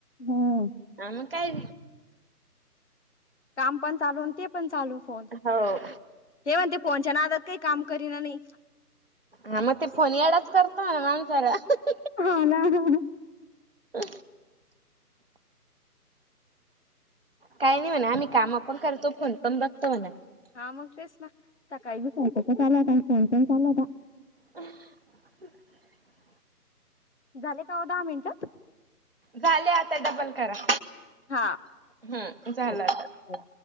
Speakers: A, on the left; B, on the right.
A: हम्म.
B: आ मं काय
A: काम पण चालू ते पण चालू फोन
B: हो
A: हे म्हणते पोहच्या ना आताात काही काम करीना नाही
B: हा मग ते फोन याडाच करत स
A: हा ना ना
B: अ काही नाही म्हणा आम्ही काम पण करतो फोन पण बघतो म्हणा
A: हा मग तेच ना सकाळी घुसायच तर चाल होता आणि फण पण चाल होता
B: <inaudible>
A: झाले का दहा मिनिट
B: झाले आता डबल करा
A: हा.
B: हम् झालं
A: हो.
B: आता